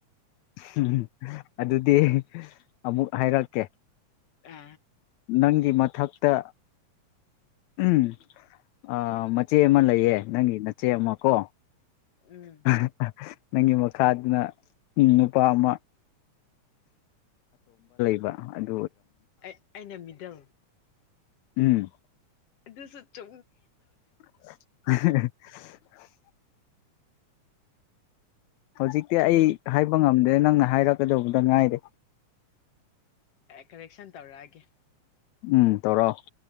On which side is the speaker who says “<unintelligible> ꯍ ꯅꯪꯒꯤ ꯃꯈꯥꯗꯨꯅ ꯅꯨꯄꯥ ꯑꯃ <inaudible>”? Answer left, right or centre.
Left